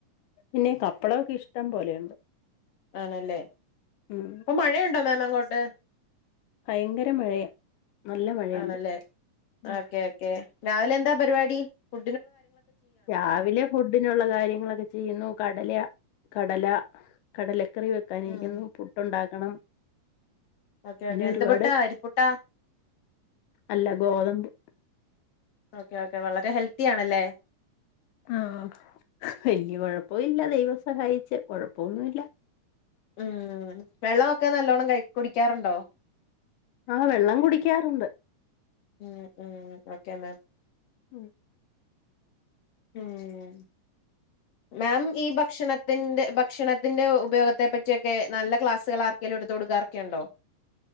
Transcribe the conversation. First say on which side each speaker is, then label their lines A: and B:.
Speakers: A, on the left; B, on the left.
A: പിന്നെകപ്പളൊക്ക ഇഷ്ടം പോലെയുണ്ട്.
B: ആണല്ലേ,
A: ഉം
B: അപ്പൊ, മഴയുണ്ട, മാം, അങ്ങോട്ട്.
A: ഭയങ്കര, മഴയാ. നല്ല മഴയുണ്ട്
B: ആണല്ലേ,
A: ഉം
B: ഓക്കെ, ഓക്കേ, രാവിലെ, എന്താ, പരിപാടി, ഫു
A: രാവിലെ, ഫുഡിനുള്ള, കാര്യങ്ങളൊക്കെ, ചെയ്യുന്നു, കടലയ കടല, കടലക്കറി, വെക്കാനിരിക്കുന്നു,
B: ഉം
A: പുട്ടുണ്ടാക്കണം.
B: ഓക്കെ
A: പിന്നെ,
B: ഓക്കെ എന്ത്
A: ഒരുപാട്,
B: പുട്ടാ അരിപ്പുട്ടാ
A: അല്ല, ഗോതമ്പ്
B: ഓക്കേ, ഓക്കേ, വളരെ, ഹെൽത്തി, ആണല്ലേ.
A: ആഹ, വല്യ, കൊഴപ്പ, ഇല്ല, ദൈവം, സഹായിച്ച്, കൊഴപ്പൊന്നുല്ല.
B: ഉം, വെള്ളമൊക്കെ, നല്ലോണ്ണം, ക, കുടിക്കാറുണ്ടോ.
A: ആ, വെള്ളം, കുടിക്കാറുണ്ട്.
B: ഉം, ഉം, ഓക്കെ, മാം.
A: ഉം,
B: ഉം, മാം, ഈ, ഭക്ഷണത്തിന്റെ, ഭക്ഷണത്തിന്റെ, ഉപയോഗത്തെ, പറ്റിയൊക്കെ, നല്ല, ക്ലാസ്സുകളാർ ലടതോടുകാറൊക്കെ, ഉണ്ടോ.